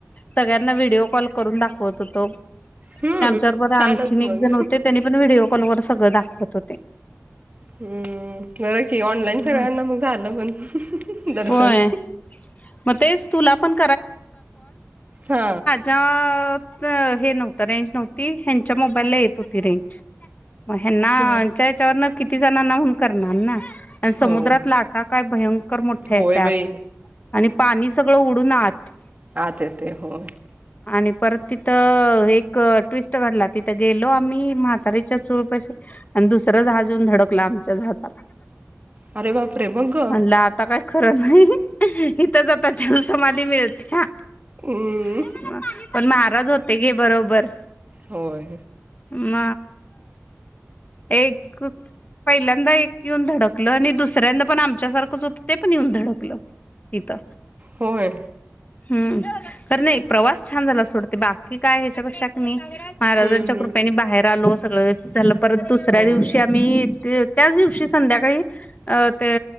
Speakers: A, on the left (about 30°); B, on the right (about 35°).
A: सगळ्यांना व्हिडओ कॉल करून दाखवत होतो
B: हम्म
A: आमच्याबरबर
B: छानच
A: आणखीन
B: मग.
A: एक जण होते त्यांनी पण व्हिडिओ फोनवर सगळं दाखवत
B: हं बरं कि ऑनलाईन
A: हम्म
B: सगळ्यांना मग झालं पण दर्शन
A: होय मग तेच तुला पण
B: ह
A: आ तिथ हे नव्हतं रेंज नव्हती हेंच्या मोबाईल ला येत होती रेंज म यांना
B: बर
A: यांच्या याच्यावरनच किती जणांनाहून करणार ना अन समुद्रात
B: हो.
A: लाटा काय भयंकर मोठ्या
B: होय
A: येत्यात
B: बाई
A: आणि पाणी सगळं उड उन्हात
B: आ येतय होय
A: आणि परत तिथं एक ट्विस्ट काढला तिथं गेलो आम्ही म्हातारीच्या चूळपाशी आणि दुसरं जहाज येऊन धडकलं आमच्या जहाजाला
B: अरे बापरे! मग ग?
A: म्हणलं आता काय खरं नाही इथंच आता जल समाधी मिळत्या
B: अं
A: ये मला पाणी पाहिजे पण महाराज होते गे बरोबर
B: होय
A: म एक पहिल्यांदा एक येऊन धडकल आणि दुसऱ्यांदा पण आमच्या सारखंच होतं ते पण येऊन धडकलं इथं
B: होय
A: हं कारण प्रवास छान झाला सोड ते बाकी काय ह्याच्यापेक्षा कनी महाराजांच्या
B: हम्म
A: कृपेनी
B: हम्म
A: बाहेर आलो. सगळं व्यवस्थित चाललं परत दुसऱ्या
B: होय
A: दिवशी आम्ही इथे त्याच दिवशी संध्याकाळी अं ते